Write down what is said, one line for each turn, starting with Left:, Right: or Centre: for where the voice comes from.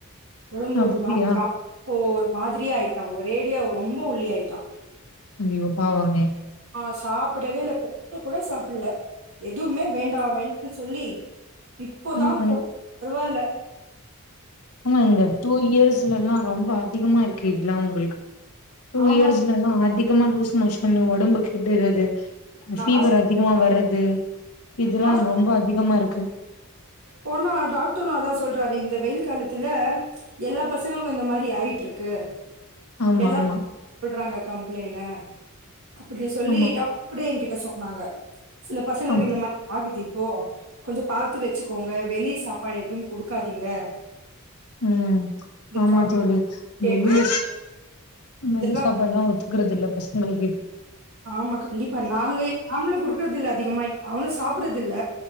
Right: ஒடம்பு
Left: அப்டியா
Right: ஒரு மாதிரி போ ஒரு மாதிரி ஆயி ஒரேடியா ரொம்ப உள்ளியாயிட்டா
Left: ஐயோ பாவமே
Right: ஆ சாப்பிடவே இல்ல கொஞ்ச கூட சாப்டல எதுவுமே வேண்டா வேண்டா சொல்லி இப்போதா
Left: ஆமா
Right: கொ பரவாயில
Left: ஆமா இந்த டூ இயர்ஸ் சுல எல்லா ரொம்ப அதிகமா இருக்கு இதெல்லா உங்களுக்கு டூ
Right: ஆமா
Left: இயர்ஸ்லலா அதிக அதிகமா லூஸ் மோஷன் ஒடம்பு கெடுறது
Right: நா
Left: ஃபீவர்
Right: ஹாஸ்
Left: அதிகமா வர்றது அது இதுல்லா
Right: ஹாஸ்
Left: ரொம்ப அதிகமா இருக்கு ஓகே
Right: போனா டாக்டரு அதா சொல்றாரு இந்த வெயில் காலத்துல எல்லா பசங்களுக்கு இந்த மாதிரி ஆயிட்டு இருக்கு
Left: ஆமா
Right: எல்லா
Left: ஆமா
Right: சொல்றாங்க கம்ப்ளைனு அப்டின்னு சொல்லி
Left: ஆமா
Right: டவு கூட என்கிட் ட சொன்னாங்க சில பசங்களுக்கு
Left: ஆம்
Right: இந்த மாதிரி ஆகுது போ கொஞ்சோ பாத்து வச்சுக்கோங்க வெளிய சாப்பாடு எதுவு குடுக்காதீங்க
Left: ம்
Right: இந்த
Left: ஆமா தோழி
Right: சாக்லேட்டு
Left: வெளிய
Right: இதெல்லா
Left: வெளி சாப்பாட்ல்லா ஒத் துக்கறதில பசங்களுக்கு
Right: ஆமா கண்டிப்பா நாங்க நாங்களு குடுக்குறது இல்ல அதிகமா அவனு சாப்பறது இல்ல